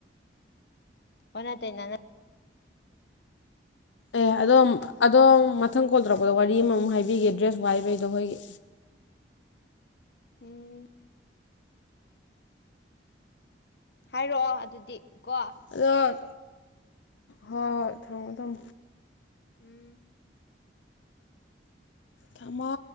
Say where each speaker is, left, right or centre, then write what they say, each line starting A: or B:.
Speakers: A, on the left; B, on the left.
A: ꯑꯣꯅ ꯇꯩꯅꯥꯅꯥ
B: ꯑꯦ ꯑꯗꯣꯝ ꯑꯗꯣꯝ ꯃꯊꯪ ꯀꯣꯜ ꯇꯧꯔꯛꯄꯗ ꯋꯥꯔꯤ ꯑꯃꯃꯨꯛ ꯍꯥꯏꯕꯤꯒꯦ ꯗ꯭ꯔꯦꯁ ꯋꯥꯏꯕꯩꯗꯣ ꯑꯩꯈꯣꯏꯒꯤ
A: ꯎꯝ ꯍꯥꯏꯔꯛꯑꯣ ꯑꯗꯨꯗꯤ ꯀꯣ
B: ꯑꯗꯣ ꯍꯣꯏ ꯍꯣꯏ ꯊꯝꯃꯗꯝ
A: ꯎꯝ
B: ꯊꯃ